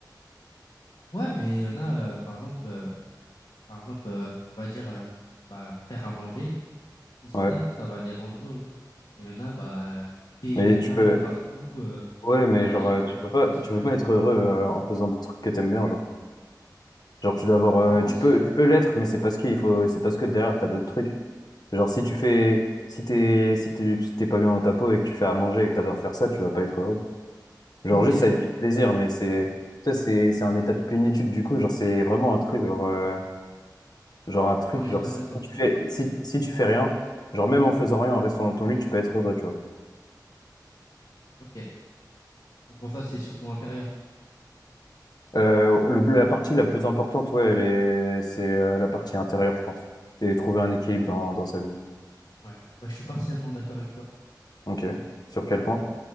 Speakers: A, on the left; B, on the left.
A: Ouais, mais il y en a, euh, par exemple, euh, Par exemple, euh, on va dire euh, bah, faire à manger, cuisiner,
B: Ouais.
A: ça va les rendre heureux. Et il y en a bah, des,
B: Mais
A: des plats
B: tu peux,
A: de partout, euh,
B: ouais, mais
A: ça va
B: genre,
A: les rendre
B: euh, tu
A: heureux.
B: peux pas,
A: Tu vois ce que
B: tu
A: je
B: peux
A: veux
B: pas
A: dire?
B: être heureux euh, en faisant des trucs que t'aimes bien, genre. Genre, tu dois avoir, euh,
A: Tu penses?
B: tu peux, tu peux l'être, mais c'est parce qu'il faut, c'est parce que derrière, t'as d'autres trucs. Genre, si tu fais, si t'es, si t'es, tu- t'es pas bien dans ta peau et que tu fais à manger et que t'adores faire ça, tu vas pas être heureux. Genre,
A: Ok,
B: juste, ça va être du plaisir, mais c'est, ça, c'est, c'est un état de plénitude, du coup, genre, c'est vraiment un truc, genre, euh, Genre un truc,
A: Ah, on n'est
B: genre
A: pas
B: si
A: d'accord
B: tu
A: sur
B: fais,
A: ça.
B: si, si tu fais rien, genre même en faisant rien, en restant dans ton lit, tu peux être heureux, tu vois.
A: Ok. Donc pour toi, c'est surtout intérieur.
B: Euh, le, la partie la plus importante, ouais, elle est, c'est euh, la partie intérieure, je pense. Et trouver un équilibre dans, dans sa vie.
A: Ouais. Bah, je suis partiellement d'accord avec toi.
B: Ok. Sur quel point?